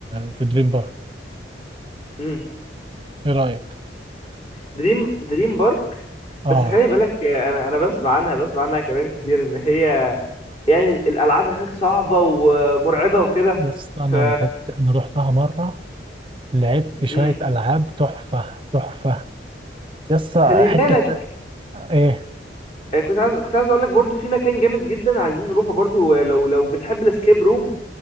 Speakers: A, on the right; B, on the left.
A: في دريم بارك
B: لي
A: ايه رايك
B: دريم دريم بارك
A: اه
B: بس خلي بالك آه، انا انا بسمع عنها بسمع عنها كلام كتير ان هي يعني ال- الالعاب هناك صعبه ومرعبه وكده
A: يا اسطى
B: ف
A: انا لعبت انا رحتها مره لعبت شويه
B: امم
A: العاب تحفه تحفه يا اسطى
B: خلي
A: حته
B: بالك
A: ايه
B: آه، كنت عايز كنت عايز اقول لك برضو في مكان جامد جدا عايزين نروحه برضو آه، لو لو بتحب الاسكيب روم